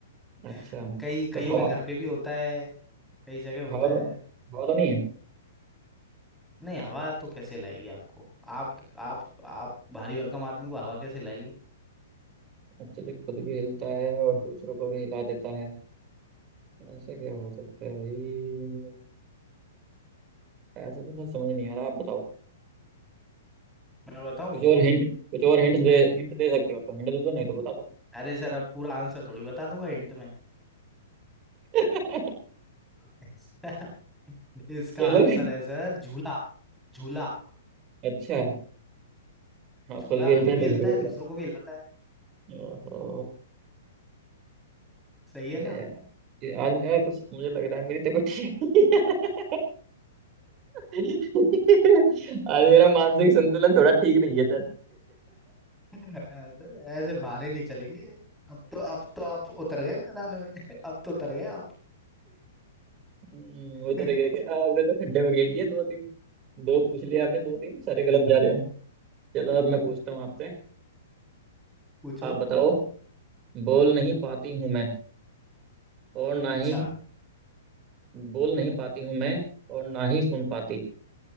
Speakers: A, on the right; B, in the centre.
A: अच्छा
B: <laughs> कई कईयों
A: तो हवा
B: के घर पे भी होता है कई जगह होता
A: हवा तो
B: है
A: हवा तो नहीं है
B: नहीं हवा तो कैसे लाएगी आपको आप आप आप भारी भरकम आदमी को हवा कैसे लाएगी
A: अच्छा जी खुद भी हिलता है और दूसरों को भी हिला देता है ऐसा क्या हो सकता है भाई ऐसा तो सर समझ नहीं आ रहा आप बताओ
B: मैं बताऊं
A: कुछ और हिंट कुछ और हिंट दे हिंट दे सकते हो तो हिंट दे दो नहीं तो बता दो
B: अरे सर अब पूरा आंसर थोड़ी बता दूंगा हिंट में
A: <laughs>
B: <laughs> इसका
A: चलो
B: आंसर है सर झूला झूला
A: अच्छा हाँ
B: झूला
A: खुद भी हिलते
B: खुद
A: हैं
B: भी
A: दूसरों
B: हिलता
A: को
B: है
A: भी हिलाते
B: दूसरों को भी हिलाता है
A: ओहो
B: सही है
A: हैं। अरे
B: ना
A: यार ये आज मेरा कुछ मुझे लग रहा है मेरी तबीयत ठीक नहीं है। <laughs> आज मेरा मानसिक संतुलन थोड़ा ठीक नहीं है सर
B: ऐसे ऐसे बहाने नहीं चलेंगे अब तो अब तो आप उतर गए मैदान में <laughs> अब तो उतर गए आप
A: हम्म,
B: <laughs>
A: उतर गया क्या आपने तो खड्डे में घेर दिया दो तीन दो पूछ लिए आपने दो तीन सारे गलत जा रहे हैं चलो अब मैं पूछता हूँ आपसे
B: पूछो
A: आप बताओ बोल नहीं पाती हूँ मैं और ना
B: अच्छा
A: ही बोल नहीं पाती हूँ मैं और ना ही सुन पाती